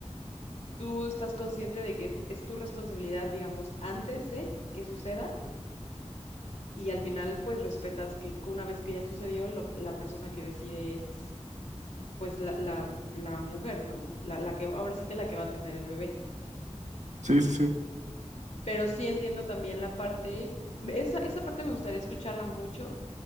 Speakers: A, on the left; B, on the right.
A: tú estás consciente de que es tu responsabilidad, digamos, antes de que suceda y al final pues respetas que una vez que ya sucedió, lo que- la persona que decide es pues la, la, la mujer, ¿no? La, la que ahora sí que la que va a tener el bebé.
B: Sí, sí, sí.
A: pero sí entiendo también la parte, me- esa, esa parte me gustaría escucharla mucho